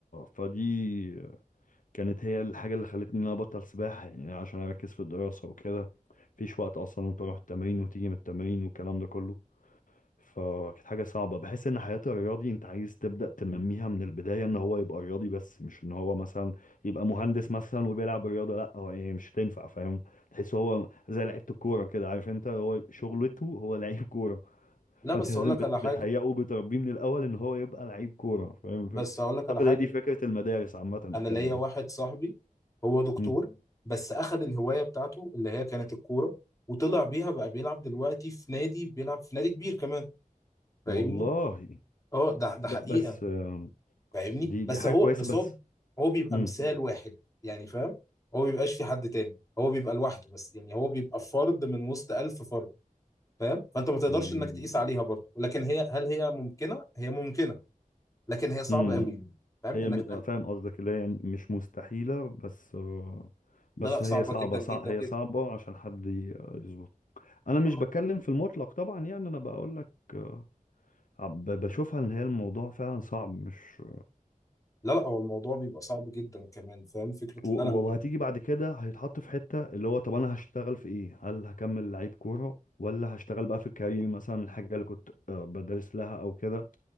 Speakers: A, on the left; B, on the left.
A: فدي كانت هي الحاجة اللي خلتني ان انا ابطل سباحة يعني عشان اركز في الدراسة وكده مفيش وقت اصلا تروح التمرين وتيجي من التمرين والكلام ده كله فكانت حاجة صعبة بحس ان حياة الرياضي انت عايز تبدأ تنميها من البداية ان هو يبقى رياضي بس مش ان هو مثلا يبقى مهندس مثلا وبيلعب رياضة لا هو ايه مش هتنفع فاهم تحس هو زي لعيبة الكورة كده عارف انت هو شغلته هو لعيب كورة
B: لا
A: فانت
B: بس
A: لازم
B: اقول لك
A: بت-
B: على
A: بتهيئه
B: حاجة
A: وبتربيه من الاول ان هو يبقى لعيب كوره فاهم الفكرة؟
B: بس اقول لك على
A: اعتقد
B: حاجة
A: هي دي فكره المدارس عامه
B: انا
A: وكده
B: ليا
A: يعني
B: واحد صاحبي هو دكتور
A: مم.
B: بس اخذ الهوايه بتاعته اللي هي كانت الكوره وطلع بيها بقى بيلعب دلوقتي في نادي بيلعب في نادي كبير كمان فاهمني
A: والله
B: اه ده ده
A: ب-
B: حقيقه
A: بس آم،
B: فاهمني
A: دي دي
B: بس
A: حاجه
B: هو
A: كويسه
B: بس
A: بس
B: هو هو بيبقى
A: مم.
B: مثال واحد يعني فاهم هو ما بيبقاش في حد تاني هو بيبقى لوحده بس يعني هو بيبقى فرد من وسط ألف فرد فاهم فانت ما تقدرش
A: مم.
B: انك تقيس عليها برضه لكن هي هل هي ممكنه هي ممكنه لكن هي صعبه
A: مم.
B: قوي فاهم
A: هي
B: انك
A: م- فاهم قصدك اللي هي يعني مش مستحيله بس آه، بس
B: لا لا صعبه
A: هي صعبه
B: جدا جدا
A: صع هي صعبه عشان حد ي- يظبط انا مش
B: جدا
A: بتكلم في المطلق طبعا يعني انا بقول لك آه، ب- بشوفها ان هي الموضوع فعلا صعب مش
B: لا لا هو الموضوع بيبقى صعب جدا كمان فاهم فكرة
A: و-
B: ان انا
A: و- وهتيجي بعد كده هيتحط في حتة اللي هو طب انا هشتغل في ايه هل هكمل لعيب كورة ولا هشتغل بقى في الكارير مثلا الحاجة اللي كنت آه، بدرس لها او كده